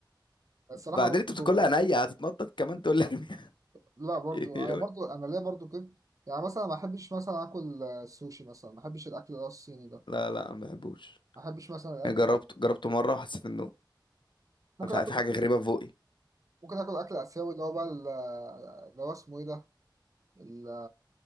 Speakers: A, on the right; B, on the left.
A: الصراحه
B: بعدين
A: برضه
B: انت بتقول لها نيه هتتنطط كمان تقول لي ارميها
A: لا برضه
B: <laughs>
A: انا برضه انا ليا برضه كده يعني مثلا ما احبش مثلا اكل آه، سوشي مثلا ما احبش الاكل اللي هو الصيني ده
B: لا لا ما بحبوش
A: ما احبش مثلا الاكل
B: يعني جربت
A: ده.
B: جربته مره وحسيت انه
A: ممكن
B: في
A: اكل
B: في حاجه غريبه في بوقي
A: ممكن اكل اكل اسيوي اللي هو بقى ال- اللي هو اسمه ايه ده ال-